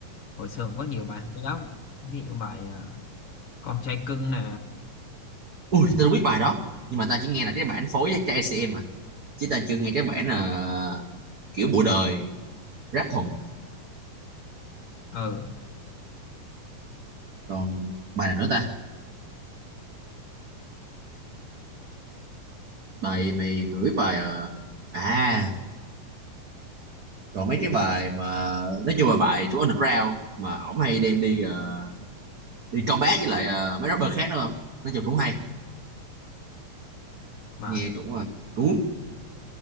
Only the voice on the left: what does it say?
hồi xưa cũng có nhiều bài hay lắm ví dụ bài ờ, con trai cưng nè
ừ
bài